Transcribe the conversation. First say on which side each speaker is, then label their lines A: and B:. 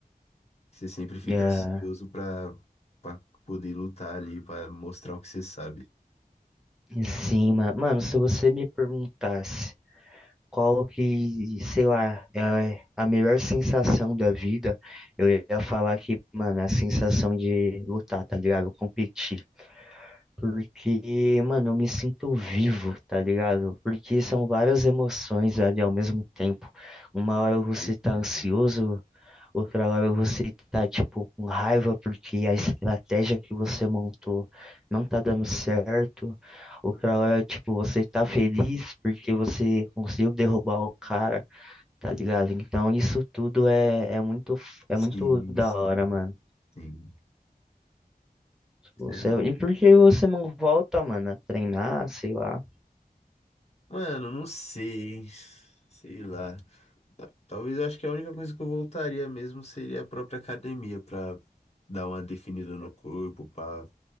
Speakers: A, on the left; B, in the centre.
A: Você sempre fica
B: Ah,
A: ansioso pra, pra poder lutar ali, pra mostrar o que você sabe.
B: em cima, mano, se você me perguntasse qual que, sei lá, é a melhor sensação da vida, eu ia falar que, mano, é a sensação de lutar, tá ligado? Competir. Porque, mano, eu me sinto vivo, tá ligado? Porque são várias emoções ali ao mesmo tempo. Uma hora você
A: Certeza.
B: tá ansioso, Outra hora você tá, tipo, com raiva porque a estratégia que você montou não tá dando certo. Outra hora, tipo, você tá feliz porque você conseguiu derrubar o cara, tá ligado? Então isso tudo é, é muito, f- é
A: Sim,
B: muito da
A: sim,
B: hora, mano.
A: sim.
B: Você,
A: Cê é louco.
B: e por que você não volta, mano, a treinar, sei lá?
A: Mano, não sei. Sei lá. Ta- Talvez eu acho que a única coisa que eu voltaria mesmo seria a própria academia pra dar uma definida no corpo, pra